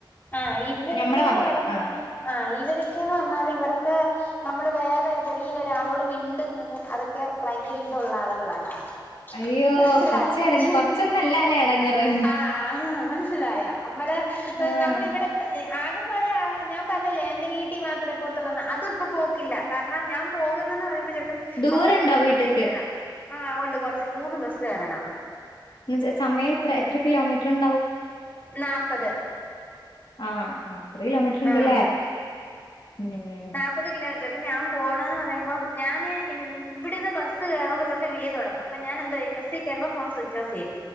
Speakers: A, on the left (about 25°); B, on the left (about 80°).
A: ആഹ് ഇവരൊക്കെന്ന്
B: ഞമ്മളെ മാത്രം
A: പറഞ്ഞാ
B: ആഹ്
A: ആഹ് ഇവരൊക്കെന്ന് പറഞ്ഞാൽ ഇവർക്ക് നമ്മള് വേറെ വെളിയിൽ ഒരാളോട് മിണ്ടുന്നത് അതൊക്കെ ഭയങ്കര ഇതുള്ള ആളുകളാണ്
B: അയ്യോ
A: മനസ്സിലായോ
B: കൊറച്ച് എട
A: ച്ച
B: കൊറച്ചൊന്നല്ല ല്ലേ എടങ്ങേറ്
A: ആഹ് മനസ്സിലായോ നമ്മള് ഹ്
B: ആഹ്
A: നമ്മള് ഇവിടെ ആകെപ്പാടെ ഞാൻ പറഞ്ഞില്ലേ എൻ്റെ വീട്ടി മാത്രേ പോത്തുള്ളെന്ന അത് ഇപ്പോ പോക്കില്ല കാരണം ഞാൻ പോകുന്നന്ന് പറയുമ്പോ ചോക്കും
B: ദൂരണ്ടോ
A: മക്കളെ പള്ളിക്കൂടുത്തേ
B: വീട്ട്ക്ക്
A: വിടണം ആഹ് ഉണ്ട് കുറച്ച് മൂന്ന് ബസ്സ് കേറണം
B: ഇന്ന്ച്ചാ സമയം എത്ര എത്ര കിലോമീറ്റർണ്ടാവും
A: നാപ്പത്
B: ആഹ് നാപ്പത് കിലോമീറ്റർണ്ട്ല്ലേ
A: ആഹ്
B: ഉം
A: പ്പത് കിലോമീറ്റർ അപ്പൊ ഞാൻ പോണന്ന് പറയ്മ്പം ഞാന് ഇവിടുന്ന് ബസ് കയറുമ്പോ തൊട്ട് വിളി തുടങ്ങും പ്പൊ ഞാന് എന്തോയ്യും ബസ്സി കേറുമ്പോൾ ഫോൺ സ്വിച്ച് ഓഫ് ചെയ്യു